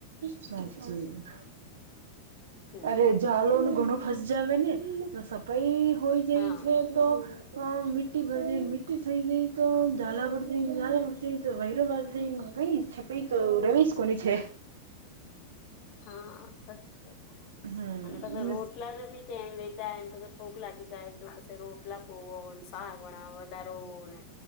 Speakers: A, on the right (about 65°); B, on the left (about 40°).
A: સાચુ
B: હમ
A: અરે જાલો ન ઘણો ફસ જાવે ને તો સફાઈ હોય જાય
B: હા
A: છે તો <unintelligible> કઈ છપરી તો રવીશ કોની છે
B: હા સાચી બેઠ
A: હમ
B: અને પાછા રોટલા ને બી ટાઈમ વે છા ભૂગ લાગી રોટલા <inaudible> સાહણા વધારો હો ને